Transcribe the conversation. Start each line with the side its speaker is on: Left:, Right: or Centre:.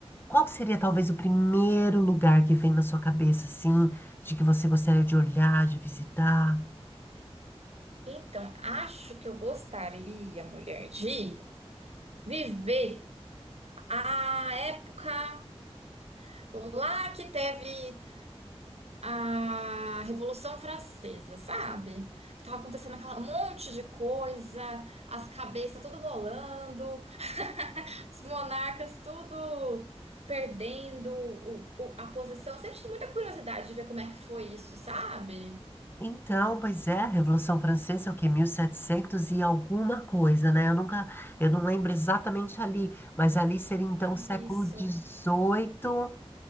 Left: qual que seria talvez o primeiro lugar que vem na sua cabeça, assim, de que você gostaria de olhar, de visitar?
Right: Então, acho que eu gostaria, mulher, de viver a época lá que teve a Revolução Francesa, sabe? Que tava acontecendo aquela um monte de coisa, as cabeças tudo rolando, <laughs> os monarcas tudo perdendo o- o- a posição. Eu sempre tive muita curiosidade de ver como é que foi isso, sabe?
Left: Então, pois é, a Revolução Francesa é o quê? 1700 e setecentos e alguma coisa, né? Eu nunca, eu não lembro exatamente ali, mas ali seria então
Right: Isso.
Left: século XVIII.